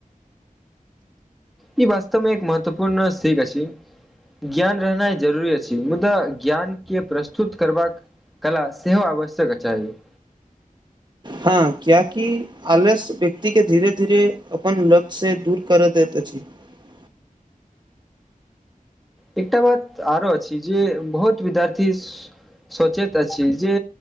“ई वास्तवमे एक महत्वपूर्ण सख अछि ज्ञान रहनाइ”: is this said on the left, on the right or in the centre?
Centre